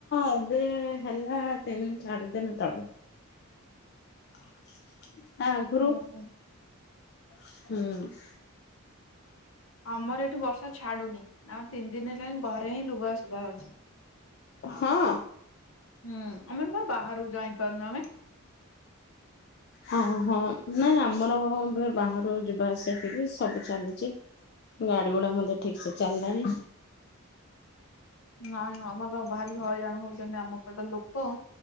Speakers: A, on the left; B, on the left.
A: ଏବେ ହେଲା ତିନି ଚାରି ଦିନ ତଳେ। ତା ଆଗୁରୁ
B: ଓହୋ
A: ହୁଁ।
B: ଆମର ଏଠି ବର୍ଷା ଛାଡୁନି ଆମର ତିନି ଦିନ ହେଲାଣି ଘରେ ହିଁ ଲୁଗା ଶୁଗା ହଉଛି।
A: ହଁ।
B: ହୁଁ ଆମରବା ବାହାରକୁ ଯାଇ ପାରୁନୁ ଆମେ।
A: ହଁ ହଁ ନାଇଁ ଆମର ଏବେ ବାହାରୁ ଯିବା ଆସିବା ସବୁ ଚାଲିଛି। ଗାଡି ଗୁଡା ମଧ୍ୟ ଠିକସେ ଚାଲିଲାଣି।
B: ନାଇଁ ଆମର ଭାରି ହଇରାଣ ହଉଛନ୍ତି ଆମ ପଟ ଲୋକ